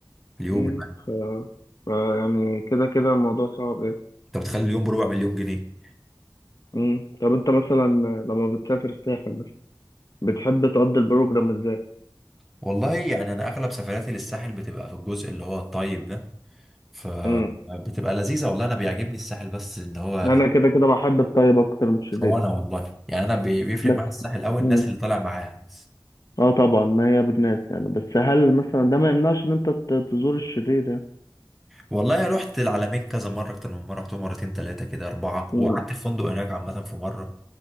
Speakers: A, in the centre; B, on the left.
A: اليوم
B: مم.
A: الواحد
B: ف... ف يعني كده كده الموضوع صعب يعني
A: انت بتخلي اليوم بربع مليون جنيه
B: مم. طب انت مثلا لما بتسافر الساحل مثلا بتحب تقضي البروجرام ازاي؟
A: والله يعني انا اغلب سفرياتي للساحل بتبقى في الجزء اللي هو الطيب ده فبتبقى
B: مم.
A: لذيذه والله انا بيعجبني الساحل بس ان هو
B: انا كده كده بحب الطيب اكتر من الشديد
A: وانا والله يعني انا بي- بيفرق
B: بس
A: معايا الساحل قوي الناس
B: مم.
A: اللي طالع معاها بس.
B: اه طبعا ما هي بالناس يعني بس هل مثلا ده ما يمنعش ان انت ت- تزور الشرير يعني
A: والله رحت العلمين كذا مره اكتر من مره رحتهم مرتين ثلاثه كده اربعه
B: مم.
A: وقعدت في فندق هناك عامه في مره